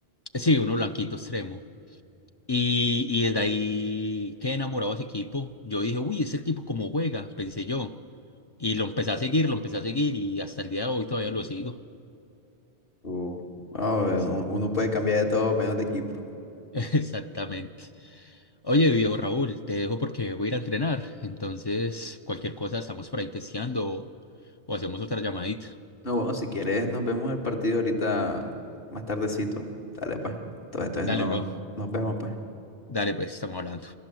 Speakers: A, on the left; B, on the left.
A: sí, uno blanquito extremo. Y, y desde ahí quedé enamorado de ese equipo. Yo dije, uy, ese equipo cómo juega, pensé yo. Y lo empecé a seguir, lo empecé a seguir y hasta el día de hoy todavía lo sigo.
B: Uh, no, eh,
A: Sí,
B: un- uno puede cambiar de todo menos de equipo.
A: <laughs> exactamente. Oye, viejo Raúl, te dejo porque voy a ir a entrenar. Entonces, cualquier cosa estamos por ahí testeando o, o hacemos otra llamadita.
B: No, bueno, si quieres, nos vemos el partido ahorita más tardecito. Dale, pues. Entonces, entonces
A: Dale,
B: no,
A: bro.
B: nos vemos, pues.
A: Dale, pues, estamos hablando.